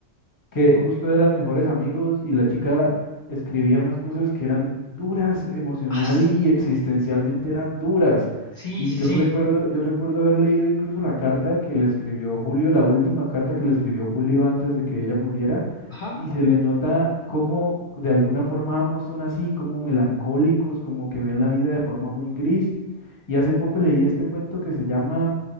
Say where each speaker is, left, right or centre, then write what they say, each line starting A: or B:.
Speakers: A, on the left; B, on the left.
A: que justo eran mejores amigos y la chica escribía unas cosas que eran duras emocional
B: ah,
A: y existencialmente eran duras.
B: sí,
A: Y
B: sí,
A: yo
B: sí.
A: recuerdo, yo recuerdo haber leído incluso la carta que le escribió Julio, la última carta que le escribió Julio antes de que ella muriera,
B: Ajá,
A: y se le nota cómo de alguna forma ambos son así, como melancólicos, como que ven la vida de forma muy gris. Y hace poco leí este cuento que se llama